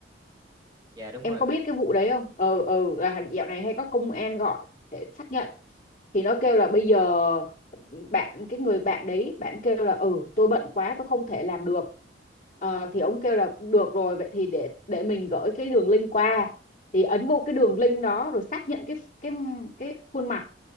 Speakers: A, on the right (about 20°); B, on the left (about 45°).
A: dạ đúng
B: Em
A: rồi
B: có
A: rồi
B: biết cái vụ đấy không? Ờ, ờ, là dạo này hay có công an gọi để xác nhận. Thì nó kêu là bây giờ bạn cái người bạn đấy bạn kêu là ừ tôi bận quá tôi không thể làm được Ờ, thì ông kêu là được rồi vậy thì để để mình gửi cái đường link qua thì ấn vô cái đường link đó rồi xác nhận cái cái cái khuôn mặt